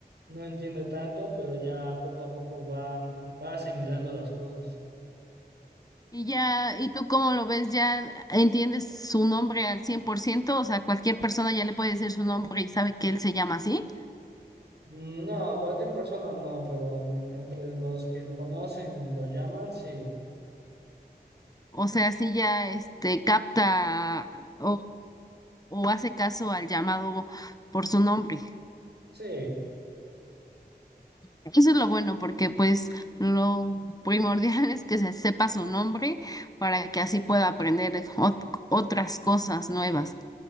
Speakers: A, on the right; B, on the left.
A: no entiende tanto, pero ya poco a poco va, va asimilando las cosas.
B: Y ya, ¿y tú cómo lo ves? ¿Ya entiendes su nombre al cien por ciento O sea, cualquier persona ya le puede decir su nombre y sabe que él se llama así.
A: No, cualquier persona no, pero entre los que lo conocen y lo llaman, sí,
B: O sea, si ya este capta o, o hace caso al llamado por su nombre.
A: sí,
B: Eso es lo bueno, porque pues lo primordial <laughs> es que se sepa su nombre para que así pueda aprender ot- otras cosas nuevas.